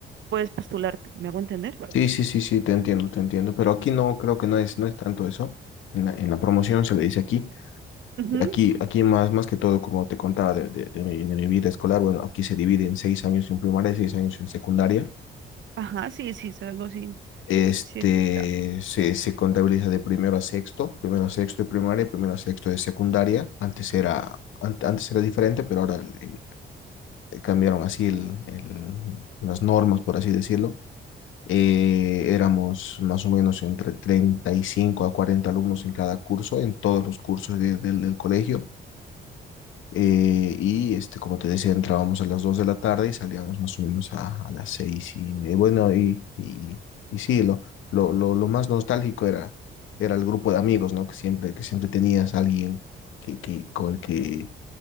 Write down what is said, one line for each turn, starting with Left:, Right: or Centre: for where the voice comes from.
Right: puedes postularte, ¿me hago entender?
Left: Sí, sí, sí, sí, te entiendo, te entiendo. Pero aquí no, creo que no es, no es tanto eso. En la, en la promoción se le dice aquí.
Right: Ujú.
Left: Aquí, aquí más, más que todo, como te contaba de, de- de mi, de mi vida escolar, bueno, aquí se divide en seis años en primaria y seis años en secundaria.
Right: Ajá, sí, sí, es algo así.
Left: Este,
Right: Sí, claro.
Left: se, se contabiliza de primero a sexto, primero a sexto de primaria, primero a sexto de secundaria. Antes era, an- antes era diferente, pero ahora eh, cambiaron así el- el- las normas, por así decirlo. Eh, éramos más o menos entre 35 a 40 alumnos en cada curso, en todos los cursos de- del del colegio. Eh, y este, como te decía, entrábamos a las 2 de la tarde y salíamos más o menos a, a las 6 y media. Bueno, y, y, y sí, lo, lo, lo, lo más nostálgico era, era el grupo de amigos, ¿no? Que siempre, que siempre tenías a alguien que, que, con el que,